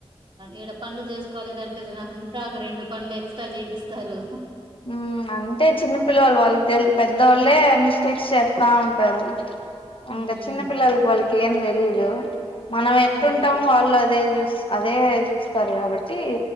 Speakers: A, on the right; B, on the left.
A: ఈడ పనులు చేసుకోలేదంటే నాకు ఇంకా ఒక రెండు పనులు ఎక్స్ట్రా చేయ్పిస్తారు
B: మ్ అంటే చిన్న పిళ్ళోళ్లు వాళ్ళు తెల్దు పెద్దవాళ్ళే మిస్టేక్స్ చేస్తా ఉంటారు అంగ
A: హ్మ్.
B: చిన్న పిల్లోల్లు వాళ్ళకి కేం తెలీదు మనం ఎట్టుంటామో
A: అది.
B: వాళ్ళు అదే చూస్తా అదే చూస్తారు కాబట్టి